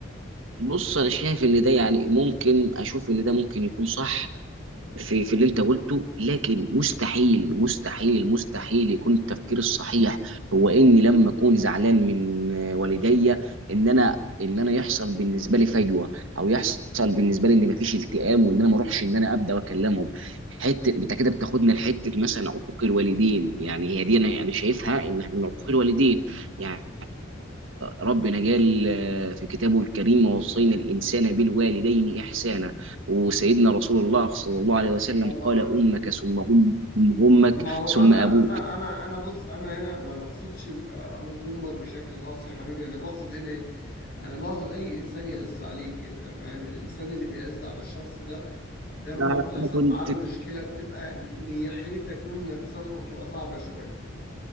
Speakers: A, on the right; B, on the left.
A: بص انا شايف ان ده يعني ممكن اشوف ان ده ممكن يكون صح في في اللي انت قلته لكن مستحيل مستحيل مستحيل يكون التفكير الصحيح هو اني لما اكون زعلان من آه، والديا ان انا ان انا يحصل بالنسبه لي فجوه او يحصل بالنسبه لي ان مفيش التئام وان انا ما اروحش ان انا ابدا واكلمهم حته انت كده بتاخدنا لحته مثلا عقوق الوالدين يعني هي دي انا يعني شايفها انها من عقوق الوالدين يعني ربنا قال آه، في كتابه الكريم ووصينا الانسان بالوالدين احسانا وسيدنا رسول الله صلى الله عليه وسلم
B: والله
A: قال
B: ولا
A: أمك
B: وصلنا
A: ثم أمك ثم أمك
B: ما هو
A: ثم
B: انا
A: أبوك
B: انا انا انا بص انا هنا ما بقصدش ال- ابوك وامك بشكل خاص يا حبيبي انا بقصد هنا ايه انا بقصد اي انسان يعز عليك انت فاهم الانسان اللي بيعز على الشخص ده لما
A: أنا
B: بتحصل
A: كنت
B: معاه المشكله بتبقى نيحيتك منه انك تصلحه بتبقى صعبه شويه